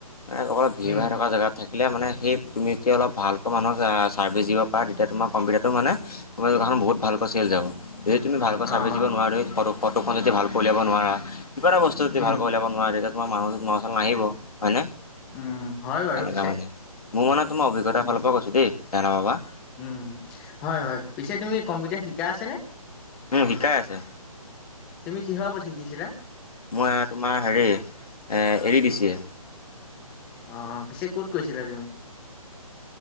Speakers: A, on the left; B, in the centre.
A: ম অকল ভিৰ
B: উম
A: ভাই থকা জেগাত থাকিলে মানে সেই তুমি এতিয়া অলপ ভালকৈ মানুহক ছাৰ্ভিচ দিব পা তেতিয়া তোমাৰ কম্পিউটাৰ টো মানে তোমাৰ দোকানখন বহুত ভালকৈ চেল যাব, যদি তুমি ভালৈ
B: অ
A: চাভিচ
B: অ
A: দিব নোৱাৰো তুমি ফ ফটোখন যদি ভালকৈ উলিয়াব নোৱাৰা কিবা এটা বস্তু যদি
B: উম
A: ভালকৈ উলিয়াব নোৱাৰা তেতিয়া তোমাৰ মানুহ ওচৰলে নাহিব। হয়নে
B: উম হয় বাৰু
A: সেনেকা
B: পিছে
A: মানে মোৰ মানে তোমাৰ অভিজ্ঞতাৰ
B: উম
A: ফালৰ পৰা কৈছোঁ দেই বেয়া নেপাবা
B: উম হয় হয় পিছে তুমি কম্পিউটাৰ শিকাই আছে নে?
A: উম শিকাই আছে।
B: তুমি কিহৰ ওপৰত শিকিছিলা?
A: মই তোমাৰ হেৰি এদি দিছি এ
B: অ পিছে ক'ত কৈছিলা তুমি